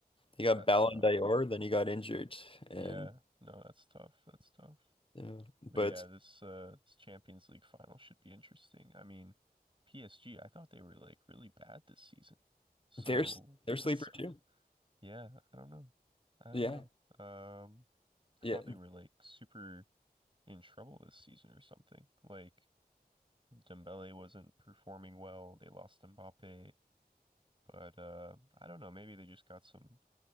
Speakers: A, on the left (about 35°); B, on the right (about 30°).
A: he got
B: that's
A: Ballon
B: tough.
A: d'Or, then he got injured and
B: Yeah, no, that's tough. That's tough.
A: yeah. But
B: But yeah, this uh this Champions League final should be interesting. I mean, PSG, I thought they were like really bad this season. So
A: there's
B: <laughs>
A: there's
B: what's
A: sleeper
B: up?
A: too.
B: Yeah, I don't know. I don't
A: Yeah.
B: know. Um, I
A: Yeah.
B: thought they were like super in trouble this season or something. Like Dembele wasn't performing well. They lost Mbappe, but uh, I don't know. Maybe they just got some.